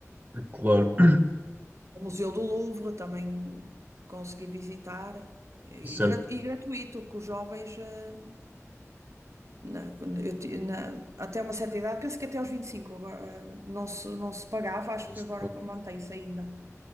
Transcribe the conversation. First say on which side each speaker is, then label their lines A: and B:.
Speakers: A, on the right (about 30°); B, on the right (about 60°).
A: claro. <coughs>
B: O Museu do Louvre também consegui visitar, e, e
A: Certo,
B: gra- e gratuito, que os jovens. ah, Na- quando eu ti- na- até uma certa idade, penso que até aos 25 agora, eh, não se, não se pagava, acho
A: não
B: que
A: se-
B: agora co- mantém-se ainda.